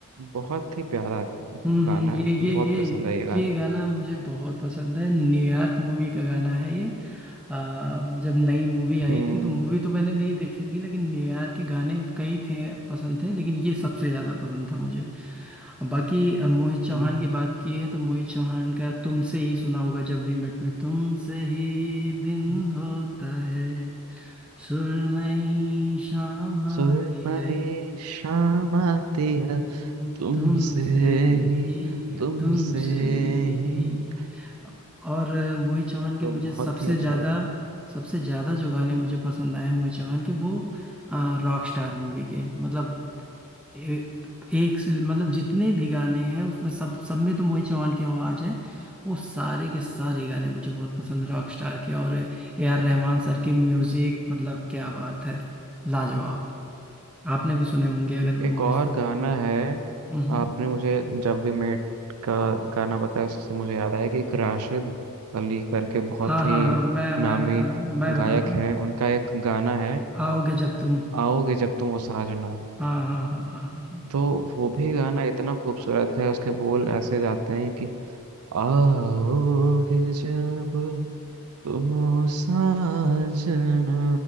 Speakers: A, on the right (about 75°); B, in the centre.
A: बहुत ही प्यारा
B: हम्म
A: गाना
B: हम्म, ये
A: है
B: ये
A: मुझे बहुत
B: ये
A: पसंद है ये गाना
B: ये गाना मुझे बहुत पसंद है न्यूयॉर्क मूवी का गाना है ये आ, जब नई मूवी आई
A: हम्म
B: थी तो मूवी तो मैंने नहीं देखी थी लेकिन न्यूयॉर्क के गाने कई थे पसंद थे लेकिन ये सबसे ज़्यादा पसंद था मुझे बाकी अ, मोहित चौहान
A: हम्म,
B: की बात की है तो मोहित चौहान का तुमसे ही सुना होगा जब वी मेट में तुमसे ही दिन
A: हम्म।
B: होता है सुरमई शाम आती
A: सुरमई
B: है
A: शाम आती है
B: तुम
A: तुमसे
B: तुमसे
A: ही
B: ही
A: तुमसे
B: तुमसे
A: ही
B: ही और अ, मोहित चौहान के
A: तो
B: मुझे
A: बहुत
B: सबसे
A: ही अच्छा
B: ज्यादा
A: गाना है।
B: सबसे ज्यादा जो गाने मुझे पसंद आए हैं मोहित चौहान के वो रॉक स्टार मूवी के मतलब ए, एक से मतलब जितने भी गाने हैं उसमें सब सब में तो मोहित चौहान की आवाज है वो सारे के सारे गाने मुझे बहुत पसंद है रॉक स्टार के और ए आर रहमान सर की म्यूजिक मतलब क्या बात है लाजवाब आपने भी सुने होंगे अगर मोहित
A: एक और गाना है
B: हम्म
A: आपने मुझे जब वी मेट का गाना बताया उससे मुझे याद आया कि एक राशिद अली करके बहुत
B: हाँ हाँ
A: ही
B: हाँ मैं मैं
A: नामी
B: बता रहा हूँ मैं बता
A: गायक
B: रहा हूँ
A: हैं उनका एक गाना है
B: आओगे जब तुम
A: आओगे जब तुम ओ साजना
B: हाँ हाँ हाँ हाँ हाँ हाँ
A: तो वो भी गाना इतना खूबसूरत है उसके बोल ऐसे जाते हैं कि आओगे जब तुम ओ साजना